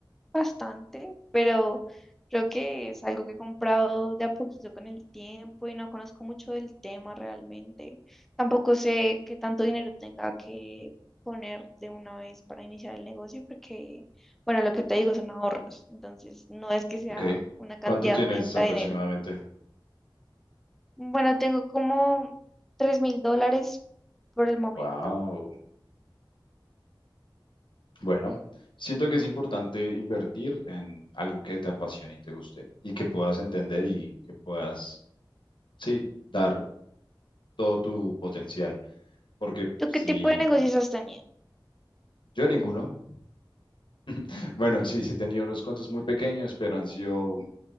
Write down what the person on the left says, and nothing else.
Ok.
¿Cuánto tienes
aproximadamente?
Wow. Bueno, siento que es importante invertir en algo que te apasione y te guste y que puedas entender y que puedas, sí, dar todo tu potencial. Porque
si
yo ninguno, <laughs> bueno, sí, sí he tenido unos cuantos muy pequeños, pero han sido